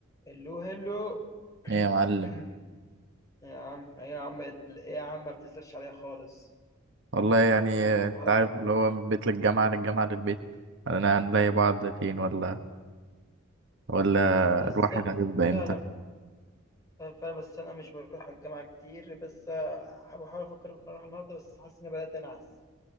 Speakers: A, on the left; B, on the right.
A: هلو هلو <clears throat>
B: ايه يا معلم
A: <coughs> يا عم ايه يا عم ايه يا عم ما بتسألش عليها خالص
B: والله يعني
A: يا
B: آه،
A: عم
B: انت
A: حرق
B: عارف اللي هو من بيت للجامعة للجامعة للبيت انا هنلاقي بعض فين ولا ولا
A: بالظبط
B: الواحد هيفضى
A: فعلا
B: امتى
A: فعلا بس انا مش بروح الجامعه كتير بس آه، بحاول افكر اروح النهارده بس حاسس اني بدات انعس